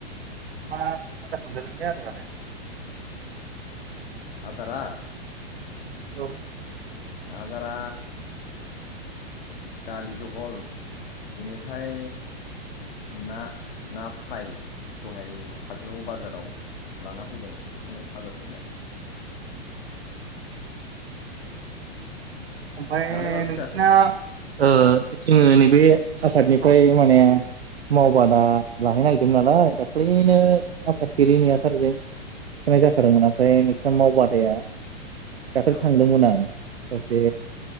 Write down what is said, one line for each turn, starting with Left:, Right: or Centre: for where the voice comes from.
Right: मा आदार मोनजादोंलै आदायालाय?
Left: आदारा?
Right: औ।
Left: आदारा दालि जहल बेनि। फ्राय। ना ना फ्राय दहाय। खाजलगाव बाजाराव। लाना फैदों बेखौनो भाजा संबाय।
Right: ओमफाय
Left: नोंहालाय मा ओंख्रि
Right: नोंसिना।
Left: जाखो
Right: ओ जोङो नैबे आफादनिफ्राय माने। मावबादा
Left: औ
Right: लाहैनो नागिरदोंमोन नालाय दाख्लि। नो आफादगिरि नेहाथारिजों थिनाय जाखादोंमोन ओमफ्राय आसाम मावबादाया दाखालि
Left: औ
Right: थांदोंमोन आं बे